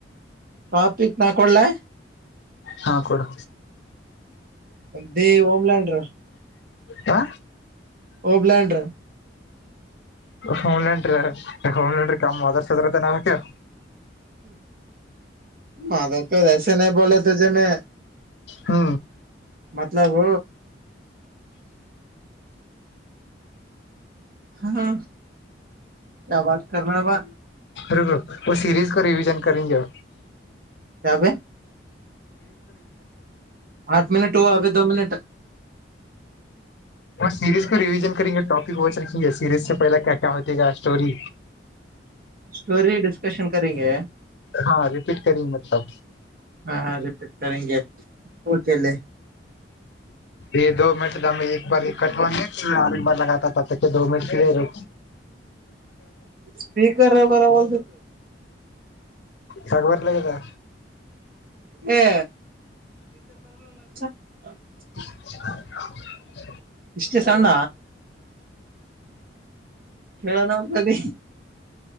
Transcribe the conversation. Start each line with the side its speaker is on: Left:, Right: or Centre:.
Right: ಟಾಪಿಕ್ ನಾ ಕೊಡ್ಲಾ
Left: ಹಾ ಕೊಡು
Right: ದೆ ಹೊಲ್ಲಾಡರಿ
Left: ಹಾ
Right: ಓ ಬ್ಲಾಂಡ್ರ
Left: ಹೋಮ್ಲೇನ್ ಡ್ರಿ ಹೋಗ್ಲೇನ್ ಡ್ರಿ ಕಮ್ಮ್ ಅದರ್ಸದ್ರತೆ ನಕ
Right: ಮಾದಕ ಐಸ್ ಬೋಲೇ ನಹಿ ತುಜೆ ಮೈ
Left: ಹ್ಮ
Right: ಮತ್ಲಬ್ ಹಾ ಕ್ಯಾ ಬಾತ್ ಕರ್ನೆ ಬಾ
Left: ರಬ ಸೀರಿಸ್ ಕ ರಿವಜನ್ ಕರಿಂಗೆ
Right: ಕ್ಯಾಬೆ ಪಾಂಚ್ ಮಿನಿಟ್ ದೊ ಮಿನಿಟ್
Left: ಒ ಸೀರಿ ಕ ರಿವೀಜನಕರೆಂಗೆ ಟಾಪಿಕ್ ವಚ ರೆಕ್ಕಿಂಗೆ ಸೀರಿಜ ಸಿ ಪಹಲಕ ಕ್ಯಾ ಕ್ಯಾ ಹೊತಿಗಾ ಸ್ಟೋರಿ
Right: ಸ್ಟೋರಿ ಡಿಸ್ಕಶನ್ ಕರಿಂಗೆ
Left: ಹಾ ರರಿಪೀಟ್ಿ ಮಲ
Right: ಹಾ ರರಿಪೀಟ್ೇಗೆ ಕಲ
Left: ಈ ದ ಮಿಟಮ ಬಾರ ಇವ ಬಾರ ಲಗತ ತತ ದ ಮಿಟ ಕಿದೆೇ
Right: ಸ್ಪೀಕರ್ ಬರಲ್
Left: ಸಗಬರ್ಲ ಕದಾ
Right: ಏ ಹ
Left: ದ
Right: ಇಷ್ಟೇ ಸಣ್ಣ ಕೆೇಳ ನವು್ತತಿ